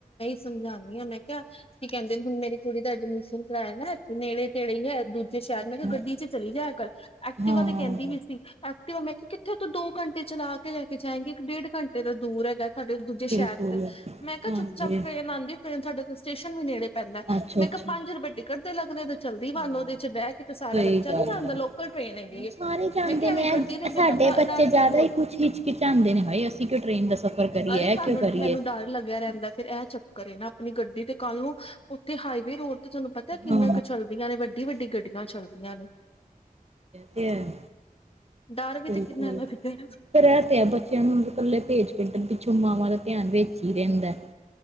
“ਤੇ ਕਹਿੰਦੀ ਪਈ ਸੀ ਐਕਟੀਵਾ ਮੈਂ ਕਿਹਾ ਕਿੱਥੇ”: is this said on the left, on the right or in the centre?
Left